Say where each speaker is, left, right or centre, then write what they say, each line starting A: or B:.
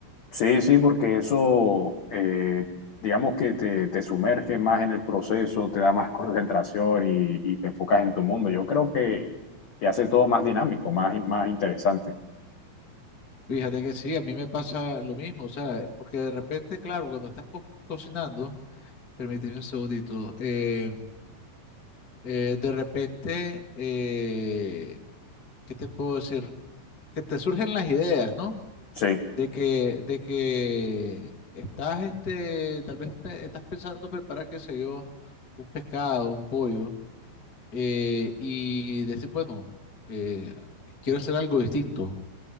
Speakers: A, on the left; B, on the left.
A: Sí, sí, porque eso, eh, digamos que te, te sumerge más en el proceso, te da más <laughs> concentración y, y te enfocas en tu mundo. Yo creo que, te hace todo más dinámico, más, más interesante.
B: Fíjate que sí, a mí me pasa lo mismo, o sea, porque de repente, claro, cuando estás co- cocinando, permíteme un segundito, eh, eh, de repente, eh, ¿qué te puedo decir? que te surgen las ideas, ¿no?
A: Sí,
B: De que, de que estás, este, tal vez pe- estás pensando preparar, qué sé yo, un pescado, un pollo, eh, y decir, bueno, eh, quiero hacer algo distinto.